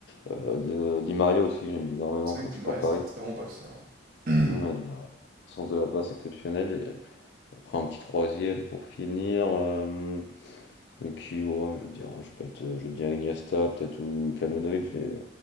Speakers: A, on the left; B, on the right.
A: heu, de Di Maria aussi, j'aimais énormément
B: C'est
A: comme
B: vrai que
A: je
B: Di
A: suis
B: Maria,
A: pour Paris.
B: c'est un très bon passeur. hein.
A: Ouais,
B: <clears throat>
A: il a un sens de la passe exceptionnel et heu, après un petit troisième pour finir, hem, qui ouais je vais dire, je peux être, je vais dire Iniesta peut-être ou Luka Modrić des